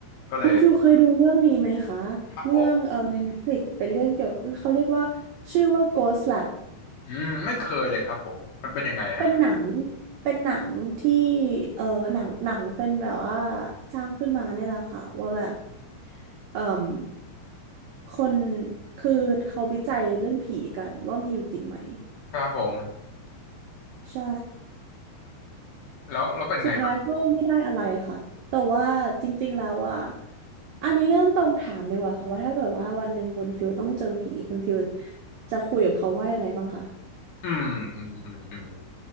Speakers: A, on the left; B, on the right.
A: ก็เลย
B: คุณฟิลเคยดูเรื่องนี้ไหมคะเรื่องเออใน
A: ครับผม
B: Netflix เป็นเรื่องเกี่ยวเขาเรียกว่าชื่อว่า Ghost Lab
A: อืมไม่เคยเลยครับผมมันเป็นยังไงฮะ
B: เป็นหนังเป็นหนังที่เออหนังหนังเป็นแบบว่าสร้างขึ้นมาเนี่ยแหละค่ะว่าแบบเอ่มคนคือเขาวิจัยเรื่องผีกันว่ามีอยู่จริงไหม
A: ครับผม
B: ใช่
A: แล้วแล้วเป็นไงบ้าง
B: สุดท้ายก็ไม่ได้อะไรค่ะแต่ว่าจริงๆแล้วอ่ะอันนี้ก็ต้องถามดีกว่าค่ะว่าถ้าเกิดว่าวันหนึ่งคุณฟิลต้องเจอผีคุณฟิลจะคุยกับเขาว่ายังไงบ้างคะ
A: อืมอืมอืมอืม